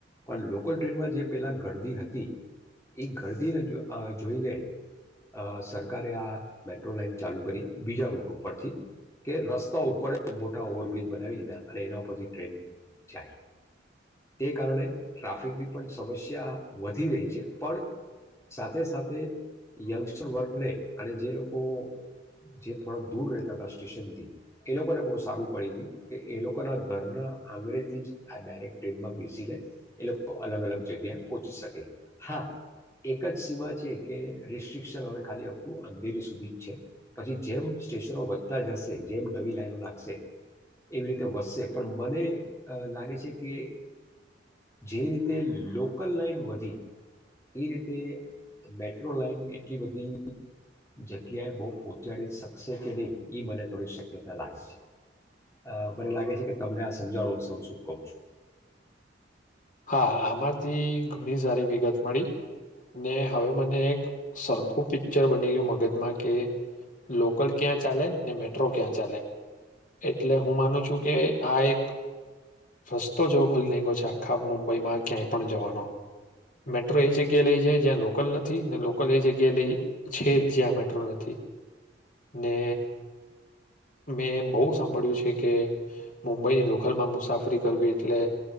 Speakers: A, on the left (about 15°); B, on the left (about 45°).
A: પણ લોકલ ટ્રેનમાં જે પહેલાં ગરદી હતી એ ઘરદીને જો જોઈને અ સરકારે આ મેટ્રો લાઈન ચાલુ કરી બીજા રૂટ ઉપરથી કે રસ્તા ઉપર જ મોટા ઓવરબ્રિજ બનાવી દીધા અને એના ઉપરથી ટ્રેન જાય તે કારણે ટ્રાફિકની પણ સમસ્યા વધી રહી છે પણ સાથે સાથે યંગસ્ટર વર્ગને અને જે લોકો જે થોડા દૂર રહેતા હતા સ્ટેશનથી એ લોકોને બહુ સારું પડી ગયું કે એ લોકોના ઘરના આંગણેેથી જ આ ડાયરેક્ટ ટ્રેનમાં બેસી લે એ લોકો અલગ-અલગ જગ્યાએ પહોંચી શકે હા એક જ સીમા છે કે રેસ્ટ્રિકશન હવે ખાલી અપ ટુ અંધેરી સુધી જ છે પછી જેમ સ્ટેશનો વધતા જશે જેમ નવી લાઈનો લાગશે એવી રીતે વધશે પણ મને લાગે છે કે જે રીતે લોકલ લાઈન વધી એ રીતે મેટ્રો લાઈન એટલી બધી જગ્યાએ બહુ પહોંચાડી શકશે કે નહીં એ મને થોડી શક્યતા લાગે છે અ મને લાગે છે કે તમને આ સમજાવા વિશે હું શું કહું છું.
B: હા આમાંથી ઘણી સારી વિગત મળી ને હવે મને એક સરખું પિક્ચર બની ગયું મગજમાં કે લોકલ ક્યાં ચાલે ને મેટ્રો ક્યાં ચાલે એટલે હું માનું છું કે આ એક રસ્તો જેવો ખોલી ના ગયો છે. ખાબ મુંબઈમાં ક્યાંય પણ જવાનો મેટ્રો એ જગ્યા લઈ જાય જ્યાં લોકલ નથી ને લોકલ એ જગ્યા લઈ છે જ જ્યાં મેટ્રો નથી ને મેં બહુ સાંભળ્યું છે કે મુંબઈની લોકલમાં મુસાફરી કરવી એટલે